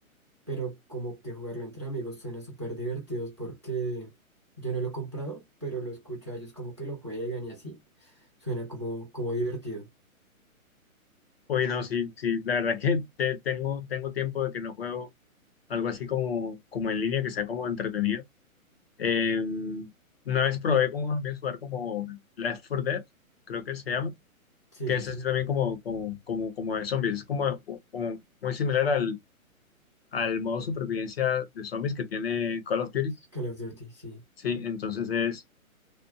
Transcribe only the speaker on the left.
Oye, no, sí, sí, la verdad es que te- tengo, tengo tiempo de que no juego algo así como, como en línea, que sea como entretenido. Eh, una vez probé con unos amigos jugar como Left 4 Dead, creo que se llama,
que
es
así también como, como, como, como de zombies, es como, como muy similar al, al modo supervivencia de zombies que tiene Call of Duty,
Sí, entonces es,